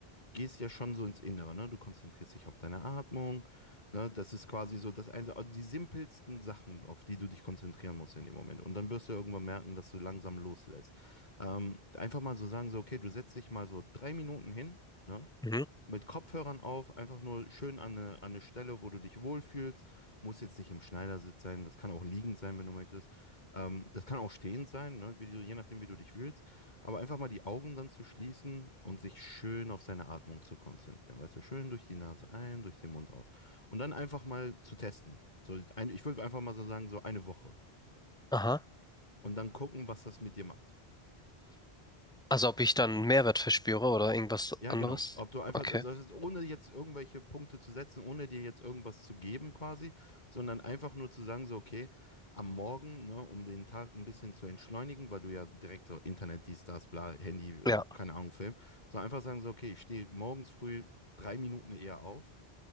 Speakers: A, on the left; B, in the centre.
A: gehst ja schon so ins Innere, ne? Du konzentrierst dich auf deine Atmung, ne? Das ist quasi so das eine, die simpelsten Sachen, auf die du dich konzentrieren musst in dem Moment. Und dann wirst du ja irgendwann merken, dass du langsam loslässt. Ähm, einfach mal so sagen, so, okay, du setzt dich mal so drei Minuten hin, ne?
B: Mhm.
A: mit Kopfhörern auf, einfach nur schön an eine, an eine Stelle, wo du dich wohlfühlst. Muss jetzt nicht im Schneidersitz sein, das kann auch liegend sein, wenn du möchtest. Ähm, das kann auch stehend sein, ne? Wie du, je nachdem, wie du dich fühlst. Aber einfach mal die Augen dann zu schließen und sich schön auf seine Atmung zu konzentrieren. Weißt du, schön durch die Nase ein, durch den Mund aus. Und dann einfach mal zu testen. So ein, ich würde einfach mal so sagen, so eine Woche.
B: Aha.
A: Und dann gucken, was das mit dir macht.
B: Also ob ich dann Mehrwert verspüre oder irgendwas
A: Ja,
B: anderes?
A: genau. Ob du einfach,
B: Okay.
A: also das ist, ohne jetzt irgendwelche Punkte zu setzen, ohne dir jetzt irgendwas zu geben quasi, sondern einfach nur zu sagen, so, okay, am Morgen, ne, um den Tag ein bisschen zu entschleunigen, weil du ja direkt so Internet, dies, das, bla, Handy, äh,
B: Ja.
A: keine Ahnung, Film, so einfach sagen, so, okay, ich stehe morgens früh drei Minuten eher auf